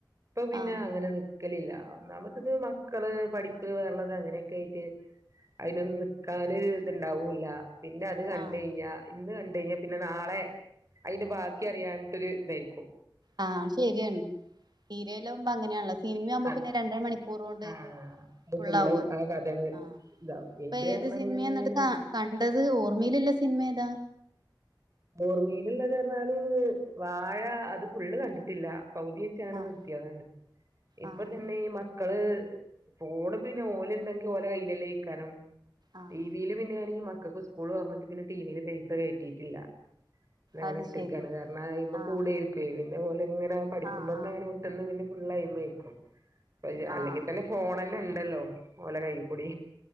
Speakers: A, on the right; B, on the right.
A: ഇപ്പൊ പിന്നെ
B: ആഹ്
A: അങ്ങനെ നി ക്കലില്ല ഒന്നാമത് മക്കള് പഠിപ്പ് വേറെള്ളത് അങ്ങനൊക്കായിട്ട് അയ്നൊന്നു നിക്കാന് ത്ണ്ടാവൂല പിന്നെ അത് കണ്ടഴ്ഞ്ഞാ
B: ആഹ്
A: ഇന്ന് കണ്ടഴ്ഞ്ഞാ പിന്നെ നാളെ അയിന്റെ ബാക്കി അറിയാൻട്ടൊരു തായിരിക്കും
B: ആ ശെര്യാണ് സീരിയല്ലാവുമ്പോ അങ്ങനെയാണല്ലോ സിനിമയാവുമ്പോ
A: അതെ
B: പിന്നെ രണ്ടര മണിക്കൂറൊണ്ട്
A: ആഹ് അത്
B: ഫുള്ളാവൊലോ
A: ഫുള്ള് ആ കഥയാണ്
B: ആ
A: ഇതാവും
B: ഇപ്പൊ
A: ഇത് കാരണം
B: ഏത് സിനിമേന്നട്ട്
A: ഇങ്ങനെ
B: ത
A: നീട്ടി
B: കണ്ടത് ഓർമ്മയില്ല്ല സിനി മേതാ
A: ഓർമിയിലള്ളതർഞ്ഞാല് വാഴ അത് ഫുള്ള് കണ്ടിട്ടില്ല പൗ തെച്ചാണ്
B: ആഹ്
A: നിർത്ത്യതാണ് ഇപ്പ
B: ആഹ്
A: തന്നെ ഈ മക്കള് ഫോണ് പിന്നെ ഓല് ണ്ടെങ്കി ഓലെ കയ്യിലല്ലേക്കാരം
B: ആഹ്
A: ടിവി യിൽ പിന്നെണെങ്കി മ ക്കക്ക് സ്‌ക്കൂൾ തൊർന്നിട്ട് പിന്നെ ടിവില് പൈ സ കേറ്റിട്ടില്ല അ അതങ്ങ
B: അത്
A: നെ ഇട്ടക്കാണ്
B: ശരി
A: കാരണം അയ്മെ
B: ആഹ്
A: കൂടെയിരിക്കുവേ തെപ്പോലെ ഇങ്ങനെ പഠിപ്പ്മന്നങ്ങനെ
B: ആഹ് ആഹ്
A: വിട്ട്ന്ന് പിന്നെ ഫുള്ളയ്മെയ്ക്കും
B: ആഹ്
A: അല്ലെങ്കി തന്നെ ഫോണിന്നെ ണ്ടല്ലോ ഓലെ കൈയ്യീ കൂടി